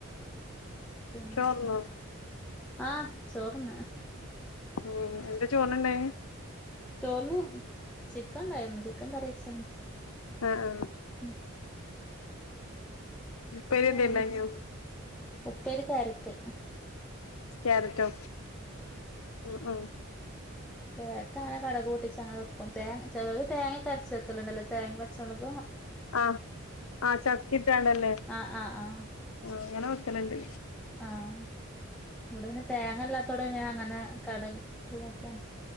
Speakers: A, in the centre; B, on the left.
A: പിന്നെ
B: ചോർന്നോ
A: ആ ചോർന്ന്.
B: ഉം എന്താ ചോറെനിൻഡായിനെ?
A: ചോറിന് ചിക്കൻ ണ്ടായിരുന്നു ചിക്കൻ കറിവെച്ചിണ്
B: ആ ആ
A: ഉം
B: ഉപ്പേരി എന്തേ
A: ആ
B: ഉണ്ടായിനോ
A: ഉപ്പേരി കാരറ്റ്
B: കാരറ്റോ അ ആ
A: കേരറ്റ് അങ്ങനെ കടക് പൂട്ടിച്ച് അങ്ങന വെക്കും തേങ്ങ ചേലോര് തേങ്ങക്ക കരച്ച് വെക്കലുണ്ടല്ലോ തേങ്ങ വച്ചമൊളക്
B: ആ ആ ചതകിട്ടാണ്ടല്ലേ
A: ആഹ് ആഹ് ആഹ്
B: ആ അങ്ങനെ വെക്കല്ണ്ട്
A: ആഹ് ഇവിടെ പിന്നെ തേങ്ങ ഇല്ലാത്തോടെ ഇന്നെ അങ്ങനെ കടക ഇതൊക്കെയാണ്